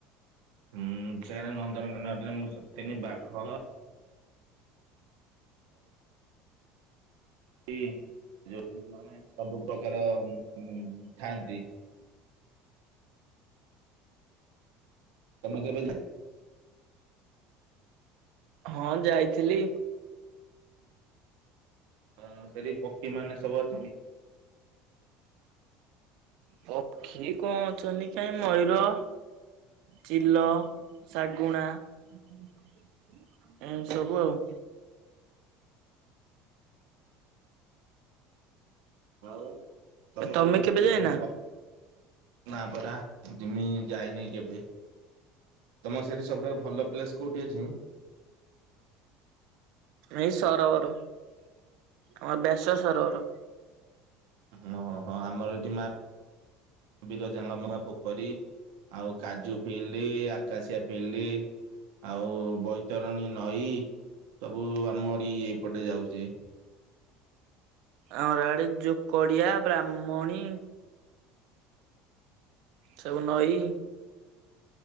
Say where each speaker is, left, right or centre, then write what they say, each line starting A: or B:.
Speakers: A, on the right (about 80°); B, on the right (about 65°).
A: ହୁଁ ସେଆଡେ ନନ୍ଦନକାନନ ରେ ମୁଁ ଶୁଣିଥିଲି ବାଘ ନ୍ତି ଯୋଉ ମାନେ ସବୁ ପ୍ରକାର ଉ ଥାଆନ୍ତି। ତମେ କେବେ ଯା
B: ହଁ ଯାଇଥିଲି।
A: ହ ସେଠି ପକ୍ଷୀ ମାନେ ସବୁ ଅଛନ୍ତି?
B: ପକ୍ଷୀ କଣ ଅଛନ୍ତି କାଇଁ ମୟୂର ଚିଲ ଶାଗୁଣା ଏମିତି ସବୁ ଆଉ।
A: ହଉ ତମର
B: ତମେ
A: ଏଠି
B: କେବେ ଯାଇନା
A: <unintelligible> ନା ପରା ଜିମି ଯାଇନି କେବେ ତମର ସେଇଠି ସବୁଠାରୁ ଭଲ ପ୍ଲେସ୍ କୋଉଠି ଅଛି?
B: ଏଇ ସରବର ଆମର ବ୍ୟାସ ସରବର।
A: ମ ହଁ ହଁ ଆମର ଏଠି ମା ବିରଜା ଙ୍କ ମା ପୋଖରୀ‌। ଆଉ କାଜୁ ଫିଲ୍ଡ ଆକାଶିଆ ଫିଲ୍ଡ। ଆଉ ବୈତରଣୀ ନଈ। ସବୁ ଆମରି ଏଇପଟେ ଯାଉଚି।
B: ଆମର ଇଆଡେ ଯୋକଡିଆ ବ୍ରାହ୍ମଣୀ। ସବୁ ନଈ।